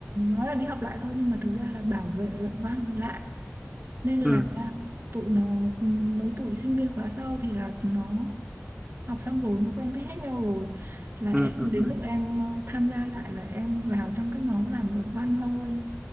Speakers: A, on the right; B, in the centre.
A: nói là đi học lại thôi nhưng mà thực ra là bảo vệ luận văn lại nên là
B: ừ
A: tụi nó mấy tụi sinh viên khóa sau thì là nó học xong rồi nó quen biết hết nhau rồi là
B: ừ
A: em
B: ừ
A: đến
B: ừ
A: lúc em ờ, tham gia lại là em vào trong cái nhóm làm luận văn thôi